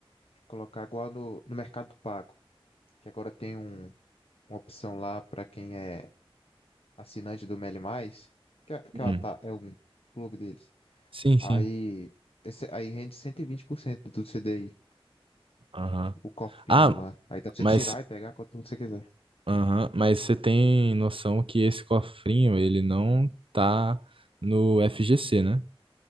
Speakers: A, on the left; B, on the right.
A: colocar igual no, no Mercado Pago, que agora tem um, uma opção lá para quem é assinante do Meli Mais, que, é- que
B: Hum.
A: ela tá, é um clube deles.
B: Sim,
A: Aí,
B: sim.
A: esse, aí rende 120% do CDI,
B: Aham.
A: o cofrinho
B: Ah,
A: lá. Aí dá pra você
B: mas,
A: tirar e pegar quanto você quiser.
B: aham, mas você tem noção que esse cofrinho, ele não tá no FGC, né?